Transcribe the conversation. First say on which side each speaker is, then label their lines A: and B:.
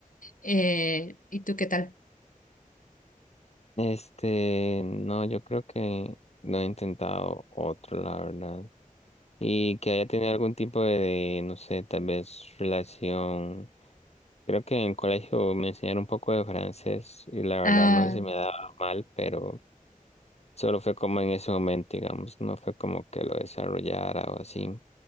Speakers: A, on the left; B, on the left.
A: Eh, ¿y tú qué tal?
B: Este, no, yo creo que no he intentado otro, la verdad. Y que haya tenido algún tipo de, de, no sé, tal vez relación. Creo que en el colegio me enseñaron un poco de francés y la verdad
A: Ah,
B: no se me daba mal, pero solo fue como en ese momento, digamos, no fue como que lo desarrollara o así.